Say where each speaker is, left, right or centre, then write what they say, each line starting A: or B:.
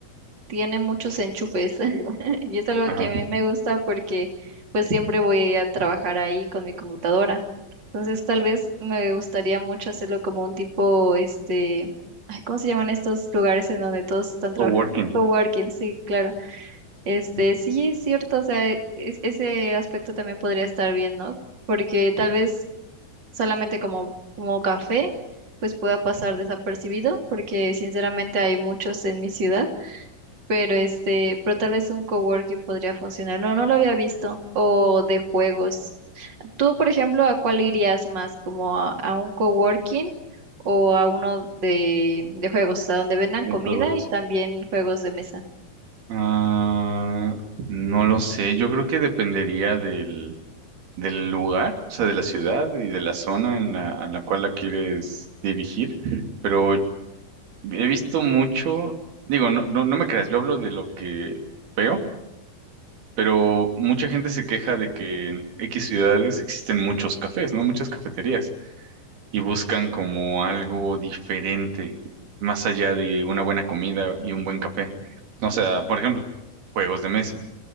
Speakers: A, on the right (about 30°); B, on the right (about 85°).
A: tiene muchos enchufes <laughs> y es algo
B: Ajá.
A: que a mí me gusta porque pues siempre voy a trabajar ahí con mi computadora. Entonces tal vez me gustaría mucho hacerlo como un tipo, este, ay, ¿cómo se llaman estos lugares en donde todos están trabajando?
B: Coworking
A: Coworking, sí, claro. Este, sí, es cierto, o sea, e- es- ese aspecto también podría estar bien, ¿no? Porque tal vez solamente como, como café, pues pueda pasar desapercibido, porque sinceramente hay muchos en mi ciudad pero este, pero tal vez un coworking podría funcionar. No, no lo había visto. O de juegos. Tú, por ejemplo, ¿a cuál irías más? ¿Como a, a un coworking o a uno de, de juegos, a donde vendan
B: de
A: comida
B: juegos.
A: y también juegos de mesa?
B: Ah, no lo sé, yo creo que dependería del, del lugar, o sea, de la ciudad y de la zona en la, a la cual la quieres dirigir, pero he visto mucho, digo, no, no, no me creas, yo hablo de lo que veo pero mucha gente se queja de que en X ciudades existen muchos cafés, ¿no? Muchas cafeterías y buscan como algo diferente, más allá de una buena comida y un buen café. O sea, por ejemplo, juegos de mesa,